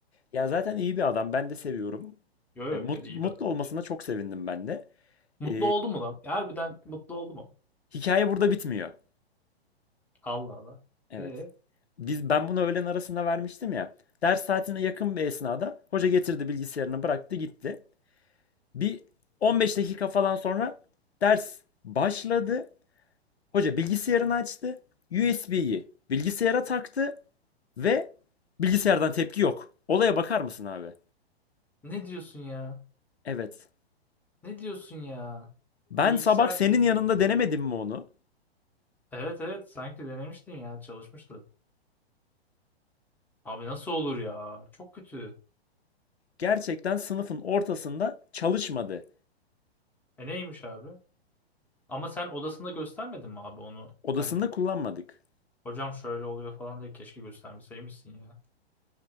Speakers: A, on the left; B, in the centre.
A: Ya zaten iyi bir adam. Ben de seviyorum.
B: Yo yo
A: E, mut-
B: yo, iyi
A: mutlu
B: bir adam.
A: olmasına
B: bence.
A: çok sevindim ben de.
B: Mutlu
A: E,
B: oldu mu lan? Harbiden mutlu oldu mu?
A: hikaye burada bitmiyor.
B: Allah Allah.
A: Evet.
B: E
A: Biz ben bunu öğlen arasında vermiştim ya. Ders saatine yakın bir esnada hoca getirdi bilgisayarını bıraktı gitti. Bir 15 dakika falan sonra ders başladı. Hoca bilgisayarını açtı. USB'yi bilgisayara taktı ve bilgisayardan tepki yok. Olaya bakar mısın abi?
B: ne diyorsun ya?
A: Evet.
B: Ne diyorsun ya?
A: Ben
B: Bilgisayar.
A: sabah senin yanında denemedim mi onu?
B: Evet evet sanki denemiştin ya çalışmıştı. Abi nasıl olur ya? Çok kötü.
A: Gerçekten sınıfın ortasında çalışmadı.
B: E neymiş abi? Ama sen odasında göstermedin mi abi onu?
A: Odasında
B: Hani
A: kullanmadık.
B: hocam şöyle oluyor falan diye keşke göstermeseymişsin ya.